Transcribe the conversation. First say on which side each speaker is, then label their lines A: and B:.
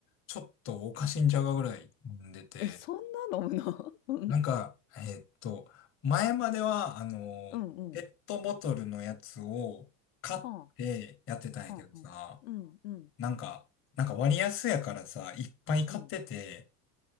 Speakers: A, on the left (about 30°); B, on the left (about 65°).
A: ちょっとおかしいんちゃうかぐらい飲んでて。
B: え、そんな飲むの？<laughs> うん。
A: なんか、えーっと、前までは、あの、
B: うんうん。
A: ペットボトルのやつを買ってやってたんやけどさ、
B: はあ、はあはあ。うんうん、
A: なんか、なんか割安やからさ、いっぱい買ってて、
B: うん。